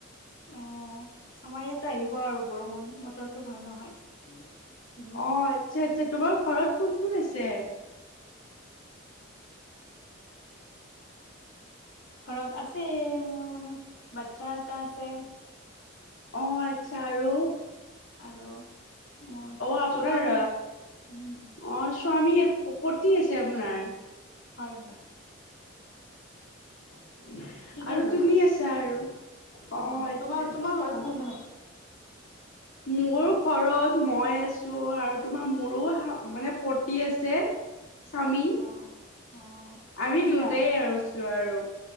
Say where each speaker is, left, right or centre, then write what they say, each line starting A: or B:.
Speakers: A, on the left (about 65°); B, on the left (about 80°).
A: অ আমাৰ ইয়াত আহিব আৰু বৰষুণ বতৰটো ভাল নহয়। উ কি ভইল
B: অ আচ্ছা আচ্ছা তোমাৰ ঘৰত কোন কোন আছে?
A: ঘৰত আছে মোৰ মানে বাচ্ছা এটা আছে।
B: অ আছ- চা আৰু।
A: আৰু মোৰ
B: আপোনাৰ
A: স্বামী উম
B: অ স্বামীয়ে পতি আছে আপোনাৰ
A: হয় হয়
B: <inaudible>
A: ঠিকেই
B: আৰু
A: ধৰিছে
B: তুমি আছা আৰু
A: উম
B: অ আচ্ছা
A: তোমাৰ
B: আচ্ছা
A: তোমাৰ ঘৰত কোন কোন আছে
B: মোৰ ঘৰত মই আছ- আৰু তোমাৰ মোৰো মানে পতি আছে। স্বামী
A: অ অ কেতিয়া
B: আমি দুয়োটাই আৰু য আৰু